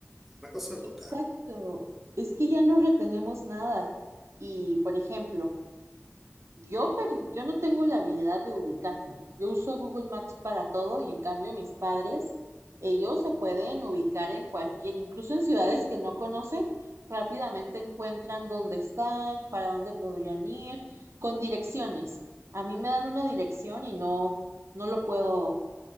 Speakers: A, in the centre; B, on the right.
A: Una cosa loca.
B: Exacto. Es que ya no retenemos nada. Y, por ejemplo, Yo perdí, yo no tengo la habilidad de ubicarme. Yo uso Google Maps para todo y en cambio mis padres, ellos se pueden ubicar en cualquier, incluso en ciudades que no conocen, rápidamente encuentran dónde están, para dónde podrían ir, con direcciones. A mí me dan una dirección y no, no lo puedo